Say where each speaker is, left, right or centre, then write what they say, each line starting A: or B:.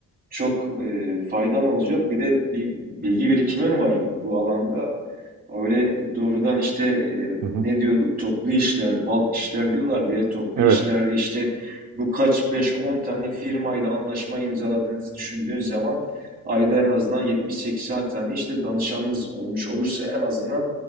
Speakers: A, on the right (about 30°); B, on the right (about 75°).
A: çok e, faydan olacak. Bir de bir bilgi birikimim var bu alanda. Öyle doğrudan işte e,
B: Hı hı.
A: ne diyorduk? Toplu işler, balk işler diyorlar diye. Toplu
B: Evet
A: işlerde işte bu kaç beş on tane firmayla anlaşma imzaladığınızı düşündüğün zaman ayda en azından 70-80 tane işte danışanınız olmuş olursa en azından